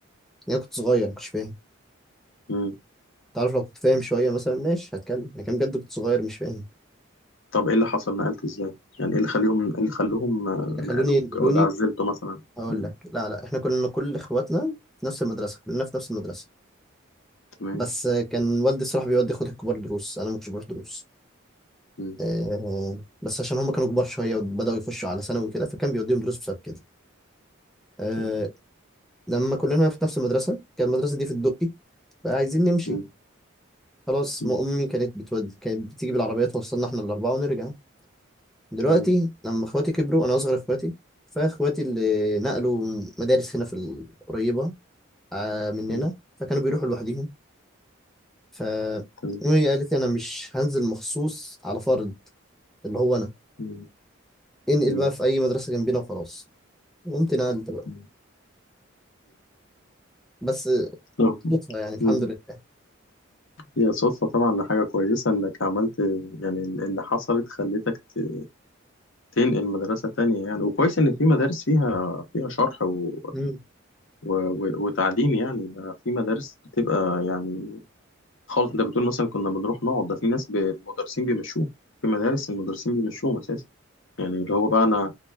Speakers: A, in the centre; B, on the left (about 65°).
A: انا كنت صغير مش فاهم
B: مم.
A: تعرف لو كنت فاهم شويه مثلا ماشي هتكلم لكن بجد كنت صغير مش فاهم
B: طب ايه اللي حصل نقلت ازاي يعني ايه اللي خليهم ايه اللي خلوهم آه،
A: اللي خلوني
B: نقلوك
A: ينقلوني
B: او اللي عزلته مثلا
A: اقول
B: مم.
A: لك لا لا احنا كلنا كل اخواتنا في نفس المدرسه كلنا في نفس المدرسه
B: تمام
A: بس كان والدي الصراحه بيودي اخواتي الكبار دروس انا ما كنتش بروح دروس
B: مم.
A: أه بس عشان هم كانوا كبار شويه وبداوا يخشوا على ثانوي وكده فكان بيوديهم دروس بسبب كده أه
B: تمام
A: لما كلنا في نفس المدرسه كان المدرسه دي في الدقي فعايزين نمشي
B: مم.
A: خلاص
B: مم.
A: ما امي كانت بتود... كانت بتيجي بالعربيه توصلنا احنا الاربعه ونرجع دلوقتي
B: تمام
A: لما اخواتي كبروا انا اصغر اخواتي فاخواتي اللي نقلوا مدارس هنا في القريبه آه، مننا
B: مم.
A: فكانوا بيروحوا لوحديهم ف
B: تمام
A: امي قالت لي انا مش هنزل مخصوص على فرد اللي هو انا
B: مم.
A: انقل
B: مم.
A: بقى في اي مدرسه جنبنا وخلاص قمت نقلت بقى
B: مم.
A: بس
B: مم.
A: صدفه يعني الحمد
B: مم.
A: لله
B: هي صدفة طبعا حاجة كويسة إنك عملت يعني اللي حصلت خلتك ت- تنقل مدرسة تانية يعني وكويس إن في مدارس فيها فيها شرح و...
A: مم.
B: و... و... وتعليم يعني ده في مدارس بتبقى يعني خالص أنت بتقول مثلا كنا بنروح نقعد ده في ناس ب... المدرسين بيمشوهم في مدارس المدرسين بيمشوهم أساسا يعني اللي هو بقى أنا